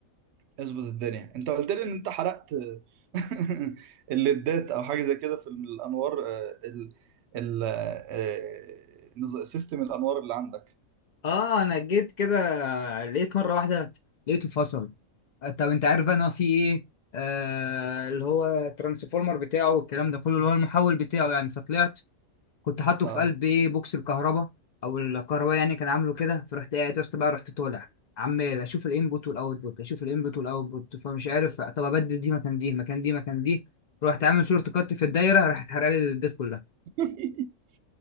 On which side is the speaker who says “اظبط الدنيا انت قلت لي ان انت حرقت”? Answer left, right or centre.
Right